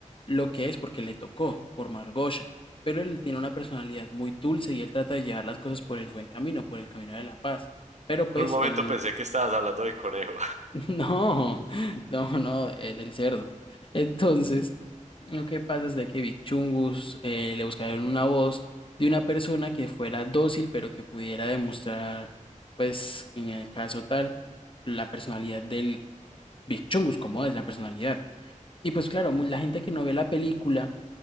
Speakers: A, on the left; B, on the right.
A: lo que es porque le tocó por Margosha. Pero él tiene una personalidad muy dulce y él trata de llevar las cosas por el buen camino, por el camino de la paz. Pero
B: Por
A: pues
B: un momento
A: él
B: pensé que estabas hablando del conejo.
A: <laughs> No, no, no, eh, del cerdo. Entonces, lo que pasa es de que Big Chungus eh, le
B: <laughs>
A: buscaron una voz de una persona que fuera dócil, pero que pudiera demostrar, pues, en el caso tal, la personalidad del Big Chungus, como es la personalidad. Y pues claro, mu- la gente que no ve la película